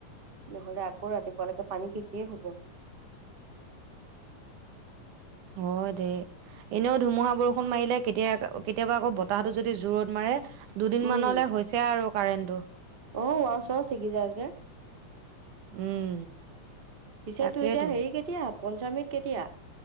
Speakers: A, on the right; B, on the right.
A: নহ'লে আকৌ ৰাতিপুৱালৈকে পানী শেষেই হ'ব।
B: হয় দে। এনেও ধুমুহা বৰষুণ মাৰিলে কেতিয়া, কেতিয়াবা আকৌ বতাহটো যদি জোৰত মাৰে। দুদিনমানলৈ
A: উম
B: হৈছে আৰু কাৰেণ্টটো।
A: অ', ওৱাৰ চোৱাৰ চিগি যায় যে।
B: উম
A: পিছে
B: তাকেইতো
A: তোৰ এতিয়া হেৰি কেতিয়া, পঞ্চামৃত কেতিয়া?